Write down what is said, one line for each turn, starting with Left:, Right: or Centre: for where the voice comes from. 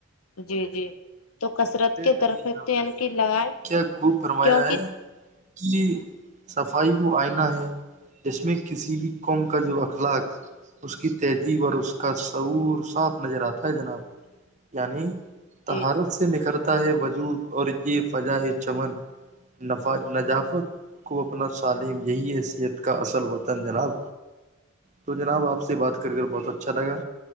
Left: جی جی تو کثرت کے
Right: ڈٹیے
Left: ترف درخت
Right: جناب
Left: تین
Right: ڈٹیے
Left: بھی لگائے
Right: کیا خوب فرمایا
Left: کیونکه
Right: ہے کہ صفائی کو آئینہ ہے جس میں کسی بھی قوم کا جو اخلاق اس کی تہذیب اور اس کا سعور صاف نظر آتا ہے جناب یعنی تہارت
Left: جی
Right: سے نکھرتا ہے وجود اور یہ فجا ہے چمن نفاذ نذافت کو اپنا سالم یہی ہے صحت کا اصل وطن جناب تو جناب آپ سے بات کر کر بہت اچھا لگا